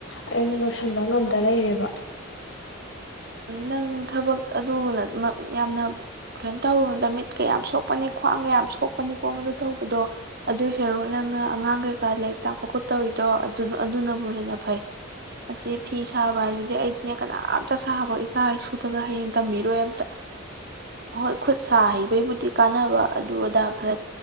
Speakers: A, on the left; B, on the right.
A: ꯑꯩꯅ ꯂꯣꯏꯁꯤꯟꯕ ꯉꯝꯗ ꯂꯩꯔꯦꯕ
B: ꯅꯪ ꯊꯕꯛ ꯑꯗꯨ ꯌꯥꯝꯅ ꯀꯩꯅꯣ ꯇꯧꯔꯨꯗ ꯃꯤꯠꯀꯌꯥꯝ ꯁꯣꯛꯄꯅꯤ ꯈ꯭ꯋꯥꯡ ꯀꯌꯥꯝ ꯁꯣꯛꯄꯅꯤꯀꯣ ꯃꯗꯨ ꯇꯧꯕꯗꯣ ꯑꯗꯨꯏ ꯁꯔꯨꯛ ꯅꯪꯅ ꯑꯉꯥꯡ ꯀꯩꯀꯥ ꯂꯥꯏꯔꯤꯛ ꯇꯥꯛꯄ ꯈꯣꯠꯇꯧꯔꯤꯗꯣ ꯑꯗꯨꯅꯕꯨ ꯍꯦꯟꯅ ꯐꯩ ꯑꯁꯤ ꯐꯤ ꯁꯥꯕ ꯍꯥꯏꯖꯤꯗꯤ ꯑꯩꯗꯤꯅꯦ ꯀꯅꯥꯝꯇ ꯁꯥꯕ ꯏꯆꯥ ꯏꯁꯨꯗꯒ ꯍꯌꯦꯡ ꯇꯝꯕꯤꯔꯣꯏ ꯑꯝꯇ ꯍꯣꯏ ꯈꯨꯠ ꯁꯥ ꯍꯩꯕꯩꯕꯨꯗꯤ ꯀꯥꯟꯅꯕ ꯑꯗꯨ ꯑꯗꯥ ꯈꯔ